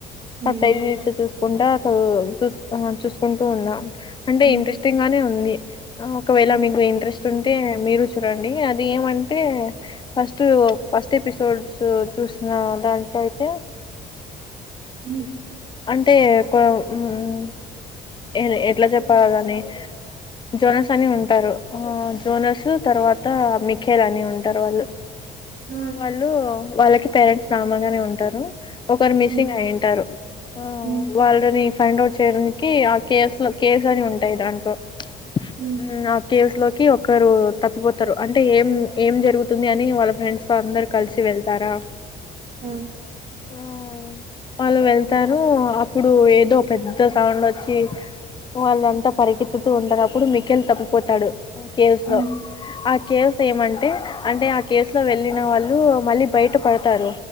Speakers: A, on the right; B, on the left.
A: హ్మ్
B: ఆ టైటిల్స్ చూస్తా కుండా అసలు చూస్ చూసుకుంటూ ఉన్నా అంటే
A: హ్మ్
B: ఇంట్రెస్టింగ్ గానే ఉంది ఒకవేళ
A: ఆ
B: మీకు ఇంట్రెస్ట్ ఉన్ టే మీరు చూడండి అది ఏమంటే ఫస్ట్ ఫస్ట్ ఎపి ఎపిసోడ్స్ చూసిన దాంట్లో అయితే
A: హ్మ్మ్
B: అంటే కొ హ్మ్మ్ ఎ ఎట్లా చెప్పాలా దాని అ జోనస్ అని ఉంటారు హా జోనస్ తర్వాత మిఖేల్ అని ఉంటారు వాళ్ళు. హ్మ్మ్
A: ఆ
B: వాళ్ళు వాళ్ళకి పేరెంట్స్ నార్మల్ గానే ఉంటారు ఒకరు మిస్సింగ్
A: హ్మ్
B: అయింటారు హ్మ్మ్
A: హ్మ్
B: వాళ్ళని ఫైండ్ ఔట్ చేయడానికి కి ఆ కేసు లో కేసు అని ఉంటాయి దాంట్లో
A: హ్మ్
B: హ్మ్మ్ కేవ్స్ లోకి ఒక్కరు తప్పిపోతారు అంటే ఏం ఏం జరుగుతుంది అని వాళ్ళ ఫ్రెండ్స్ తో అందరు కలిసి వెళ్తారా.
A: ఆ
B: ఆ వాళ్ళు వెళ్తారు అప్పుడు ఏదో పెద్ద సౌండ్ వ వచ్చి వాళ్ళంతా పరిగెత్తుతూ ఉంటారుప్పుడు మికేల్ తప్పిపోతాడు కేవ్స్
A: హ్మ్
B: లో ఆ కేవ్స్ ఏమంటే అంటే ఆ కేసులో వెళ్ళిన వాళ్ళు మళ్ళీ బయట పడతారు